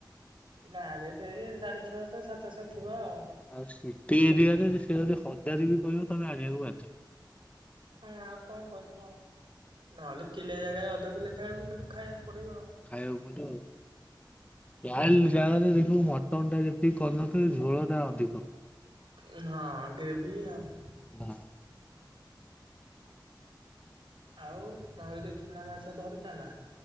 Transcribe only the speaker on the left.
ଆଉ ସିଟି ଏରିଆରେ ସେ ଯଦି ହଜାର ବି କହିବ ତମେ ଆଣିବାକୁ ବାଧ୍ୟ।
ଖାଇବାକୁ ପଡିବଆଉ। ଯାହେଲେ ଜାଘରେ ଦେଖିବୁ ମଟନ ଟା ଯେତିକି କରିନଥିବେ ଝୋଳ ଟା ଅଧିକ।
<unintelligible>